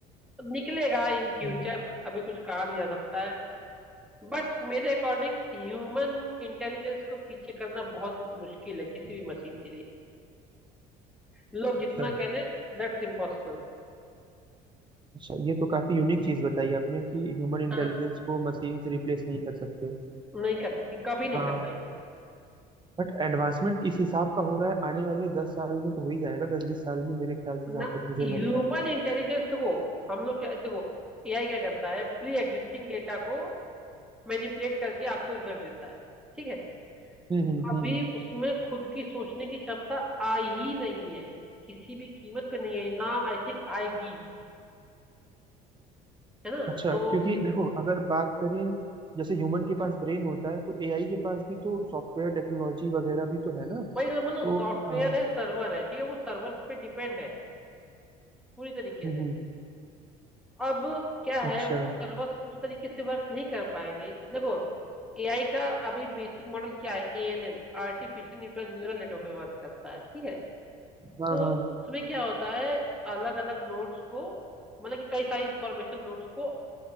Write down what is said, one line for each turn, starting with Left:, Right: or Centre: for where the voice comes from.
Centre: तो निकलेगा इन फ्यूचर
Right: हम्म।
Centre: अभी कुछ कहा नहीं जा सकता है बट मेरे अकॉर्डिंग ह्यूमन इंटेलिजेंस को पीछे करना बहुत मुश्किल है किसी भी मशीन के लिए लोग
Right: अच्छा
Centre: जितना कह ले That's impossible
Right: अच्छा ये तो काफी यूनिक चीज बताई आपने कि ह्यूमन इंटेलिजेंस
Centre: हाँ
Right: को मशीन से रिप्लेस नहीं कर सकते
Centre: नहीं कर सकती कभी नहीं
Right: हाँ
Centre: कर पाएंगे
Right: बट एडवांसमेंट इस हिसाब का हो रहा है आने वाले दस साल में तो हो ही जाएगा दस बीस साल में मेरे ख्याल से जहां
Centre: ना
Right: तक मुझे
Centre: ह्यूमन
Right: लग रहा है
Centre: इंटेलिजेंस को हम लोग क्या देखो एआई क्या करता है प्री एग्जिस्टिंग डेटा को मैनिपुलेट करके आपको रिजल्ट देता है ठीक है
Right: हम्म हम्म
Centre: अभी
Right: हम्म हम्म।
Centre: उसमें खुद की सोचने की क्षमता आई ही नहीं है किसी भी कीमत पे नहीं आई ना आई थिंक आएगी है ना
Right: अच्छा
Centre: तो
Right: क्योंकि देखो अगर बात करें जैसे ह्यूमन के पास ब्रेन होता है तो एआई के पास भी तो सॉफ्टवेयर टेक्नोलॉजी वगैरह भी तो है ना
Centre: भाई तो मतलब
Right: तो
Centre: सॉफ्टवेयर
Right: अ, हम्म
Centre: है सर्वर है ठीक है वो सर्वर्स पे डिपेंड है पूरी तरीके
Right: हम्म,
Centre: से अब क्या है
Right: अच्छा
Centre: वो सर्वर्स उस तरीके से वर्क नहीं कर पाएंगे देखो एआई का अभी बेसिक मॉडल क्या है एएनएन artificial Newton neural network में वर्क करता है ठीक है
Right: हाँ
Centre: तो
Right: हाँ हाँ हम्म
Centre: उसमें क्या होता है अलग अलग नोट्स को मतलब कि कई सारी इंफॉर्मेशन नोट्स को